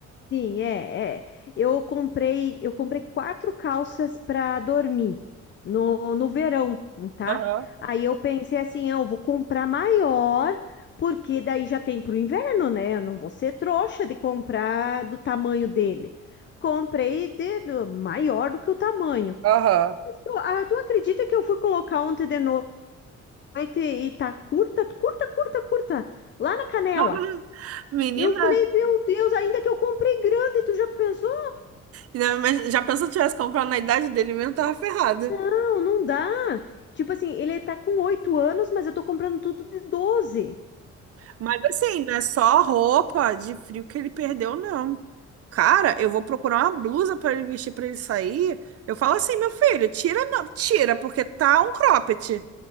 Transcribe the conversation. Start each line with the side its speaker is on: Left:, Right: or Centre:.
Left: Sim, é, é. Eu comprei, eu comprei quatro calças para dormir no, no verão, tá?
Right: Aham,
Left: Aí eu pensei assim, "Ah, eu vou comprar maior, porque daí já tem pro inverno, né? Eu não vou ser trouxa de comprar do tamanho dele. Comprei de, do- maior do que o tamanho.
Right: aham.
Left: Mas tu, ah, tu acredita que eu fui colocar ontem de noite e tá curta, curta, curta, curta, lá na canela?
Right: <laughs> Menina,
Left: Eu falei, meu Deus, ainda que eu comprei grande, tu já pensou?
Right: ainda- mas já pensou que eu tivesse comprado na idade dele mesmo, eu tava ferrada.
Left: Não, não dá. Tipo assim, ele tá com 8 anos, mas eu tô comprando tudo de doze
Right: Mas assim, não é só roupa de frio que ele perdeu, não. Cara, eu vou procurar uma blusa pra ele vestir pra ele sair. Eu falo assim, meu filho, tira, não, tira, porque tá um cropped.